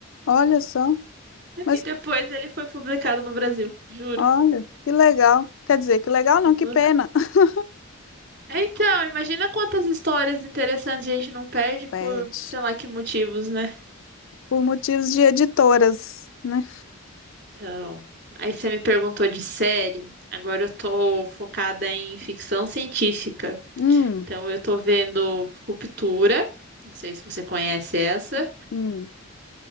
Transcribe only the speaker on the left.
Olha só,
mas
olha, que legal. Quer dizer, que legal
não,
que pena. <laughs>
Pede.
Por motivos de editoras, né?
Hum,
hum,